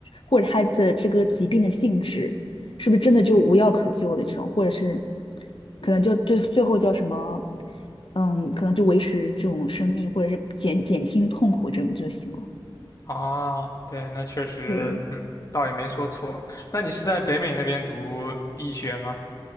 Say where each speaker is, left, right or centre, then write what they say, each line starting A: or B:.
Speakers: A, on the left; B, on the left.
A: 或者他的这个疾病的性质是不是真的就无药可救的这种，或者是可能就最最后叫什么，嗯，可能就维持这种生命或者是减减轻痛苦这种就行了。
B: 啊，对，那确实，
A: 对，
B: 嗯，倒也没说错。那你是在北美那边读医学吗？